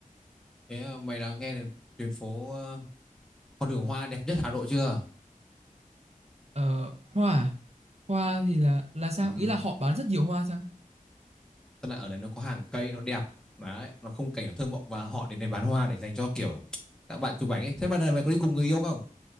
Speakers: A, in the centre; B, on the right.
A: Thế ờ, mày đã nghe đến tuyến phố ờ, con đường hoa đẹp nhất Hà Nội chưa?
B: Ờ, hoa à? Hoa thì là là sao?
A: Ừ.
B: Ý là họ bán rất nhiều hoa chăng?
A: tức là ở đấy nó có hàng cây nó đẹp đấy nó không cảnh nó thơ mộng và họ đến đây bán hoa để dành cho kiểu các bạn chụp ảnh ấy thế mà này mày có đi cùng người yêu không